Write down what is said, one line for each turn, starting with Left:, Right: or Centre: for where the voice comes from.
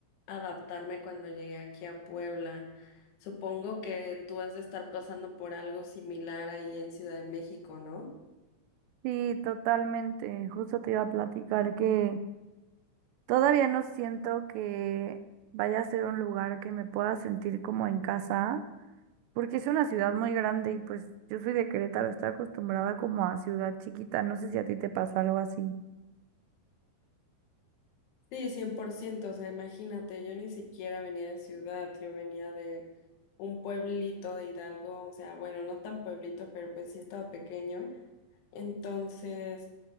Left: adaptarme cuando llegué aquí a Puebla. Supongo que tú has de estar pasando por algo similar ahí en Ciudad de México, ¿no?
Right: Sí, totalmente, justo te iba a platicar que todavía no siento que vaya a ser un lugar que me pueda sentir como en casa, porque es una ciudad muy grande y pues yo soy de Querétaro, estoy acostumbrada como a ciudad chiquita, no sé si a ti te pasó algo así.
Left: Sí, cien por ciento. o sea, imagínate, yo ni siquiera venía de ciudad, yo venía de un pueblito de Hidalgo, o sea, bueno, no tan pueblito, pero pues sí estaba pequeño. Entonces,